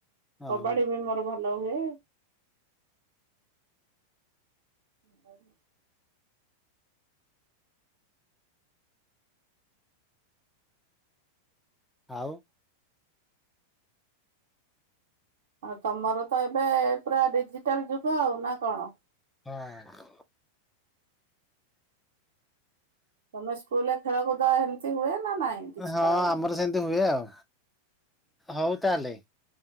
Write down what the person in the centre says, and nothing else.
ଓହୋ
ଆଉ
ହଁ।
ହଁ
ଆମର ସେମିତି ହୁଏ ଆଉ ହଉ ତାଏଲେ